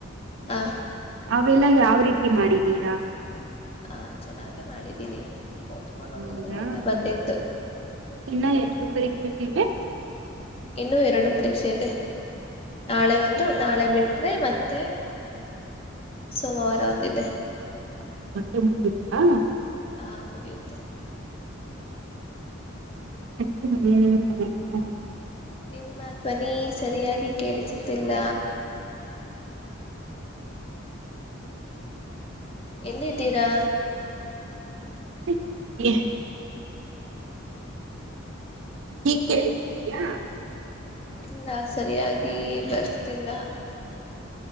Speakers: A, on the left; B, on the right.
A: ಹ್ಹಾ.
B: ಅವೆಲ್ಲ ಯಾವ ರೀತಿ ಮಾಡಿದ್ದೀರಾ.
A: ಹಾ ಚೆನ್ನಾಗೆ ಮಾಡಿದ್ದೀನಿ. ಓದ್ಕೊಂಡ್ ಹೋಗಿರೋದೆ
B: ಹೌದಾ
A: ಎಲ್ಲ ಬಂದಿತ್ತು
B: ಇನ್ನ ಎಷ್ಟು ಪರೀಕ್ಷೆ ಇವೆ.
A: ಇನ್ನು ಎರಡು ಪರೀಕ್ಷೆ ಇದೆ. ನಾಳೆ ಒಂದು ನಾಳೆ ಬಿಟ್ರೆ ಮತ್ತೆ. ಸೋಮವಾರ ಒಂದಿದೆ.
B: ಹಾ ಮತ್ತೆ ಮುಗಿತ್ತಾ.
A: ಹಾ ಮುಗಿಯುತ್ತೆ.
B: ಹ್ಮ್ <unintelligible>
A: ನಿಮ್ಮ ಧ್ವನಿ ಸರಿಯಾಗಿ ಕೇಳಿಸುತ್ತಿಲ್ಲ. ಎಲ್ಲಿದ್ದೀರಾ
B: <inaudible> ಹೀಗ್ ಕೇಳಿಸ್ತೀದೀಯಾ.
A: ಇಲ್ಲ ಸರಿಯಾಗಿ ಬರ್ತಿಲ್ಲ.